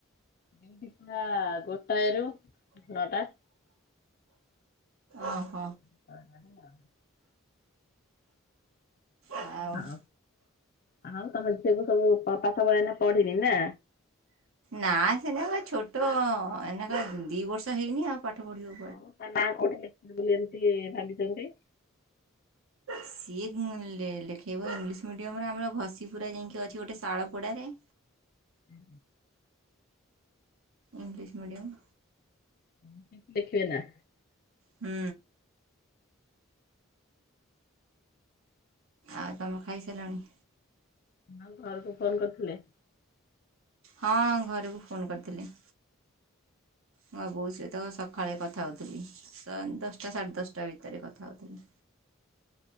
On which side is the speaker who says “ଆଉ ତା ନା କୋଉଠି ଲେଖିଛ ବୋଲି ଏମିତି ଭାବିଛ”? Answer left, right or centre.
Left